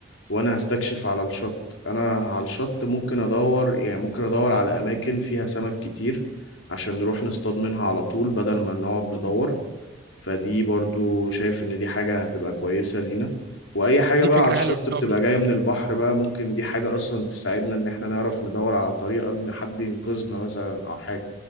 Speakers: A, on the left; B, on the right.
A: وانا هستكشف على الشط انا على الشط ممكن ادور يعني ممكن ادور على اماكن فيها سمك كتير عشان نروح نصطاد منها على طول بدل ما نقعد ندور فدي برضو شايف ان دي حاجة هتبقى كويسة لينا واي حاجة
B: دي
A: بقى
B: فكرة
A: على الشط
B: حلوة
A: بتبقى
B: برضه
A: جاية من البحر بقى ممكن دي حاجة اصلا تساعدنا ان احنا نعرف ندور على طريقة ان حد ينقذنا مثلا او حاجة